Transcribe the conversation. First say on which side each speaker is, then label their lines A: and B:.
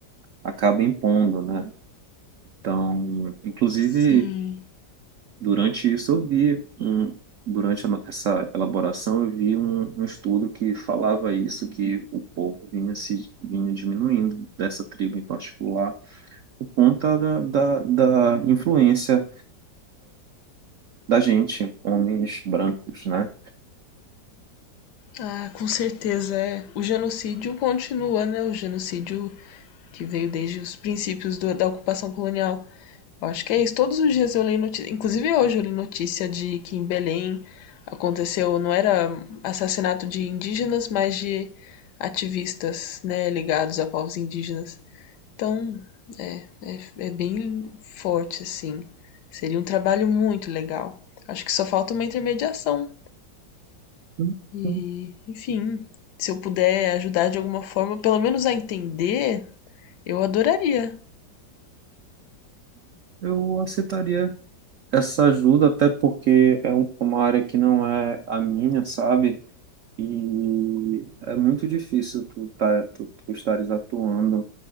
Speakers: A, on the right; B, on the left.
A: acaba impondo, né? Então, inclusive
B: sim.
A: durante isso eu vi um, durante a no- essa elaboração eu vi um, um estudo que falava isso que o povo vinha se vinha diminuindo dessa tribo em particular por conta da, da, da influência da gente, homens brancos, né?
B: Ah, com certeza é. O genocídio continua, né? O genocídio que veio desde os princípios do- da ocupação colonial. Eu acho que é isso. Todos os dias eu leio notícia, inclusive hoje eu li notícia de que em Belém aconteceu, não era assassinato de indígenas, mas de ativistas, né, ligados a povos indígenas. Então, é, é, é bem forte assim. Seria um trabalho muito legal. Acho que só falta uma intermediação
A: Então,
B: e, enfim, se eu puder ajudar de alguma forma, pelo menos a entender, eu adoraria.
A: Eu aceitaria essa ajuda, até porque é um- é uma área que não é a minha, sabe? E é muito difícil tu, tá, tu, tu estares atuando